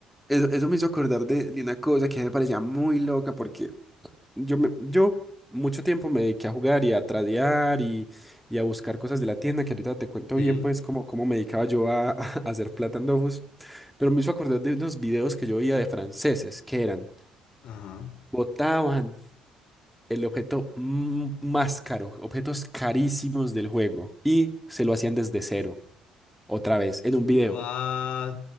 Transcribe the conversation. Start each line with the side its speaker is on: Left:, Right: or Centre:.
Centre: Eso, eso me hizo acordar de, de una cosa que me parecía muy loca, porque Yo, me- yo mucho tiempo me dediqué a jugar y a tradear y, y a buscar cosas de la tienda, que ahorita te cuento
Left: Sí,
Centre: bien, pues, cómo, cómo me dedicaba yo a, <laughs> a hacer plata en Dofus. Pero me hizo acordar de unos videos que yo veía de franceses, que eran,
Left: ajá.
Centre: botaban el objeto mm, más caro, objetos carísimos del juego, y se lo hacían desde cero, otra vez, en un
Left: What?
Centre: video.